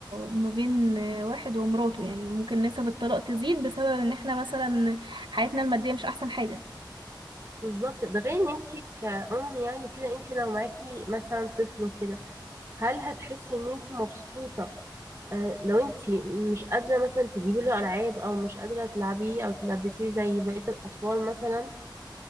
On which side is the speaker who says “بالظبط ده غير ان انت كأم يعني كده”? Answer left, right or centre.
Right